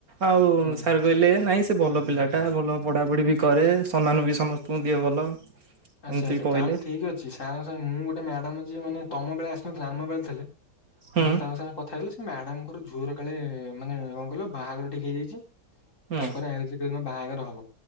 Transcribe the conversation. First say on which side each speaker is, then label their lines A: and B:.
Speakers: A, on the right; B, on the left.
A: ଆଉ
B: ହୁଁ
A: ସାର କହିଲେ ନାଇଁ ସେ ଭଲ ପିଲା ଟା ଭଲ ପଢାପଢି ବି କରେ ସମ୍ମାନ ବି ସମସ୍ତଙ୍କୁ ଦିଏ ନାହିଁ ଭଲ।
B: ଆଛା
A: ଏମିତି
B: ଆଛା
A: କହିଲେ
B: ତାହେଲେ ଠିକ ଅଛି। ସାର୍ ଙ୍କ ସାଙ୍ଗେ ମୁ ଗୋଟେ ମ୍ୟାଡ଼ାମ ଯିଏ ମାନେ ତମ ପାଇଁ ଆସିନଥିଲା ଆମ ପାଇଁ ଥିଲେ
A: ହୁଁ
B: ମୁଁ ତାଙ୍କ ସାଙ୍ଗରେ କଥା ହେଇଗଲି ସେ ମ୍ୟାଡାମଙ୍କର ଝୁଅର କାଳେ ମାନେ କଣ କହିଲ ବାହାଘର ଠିକ ହେଇଯାଇଛି।
A: ହୁଁ
B: ତାଙ୍କର ଆ ଯୋଉଦିନ ବାହାଘର ହବ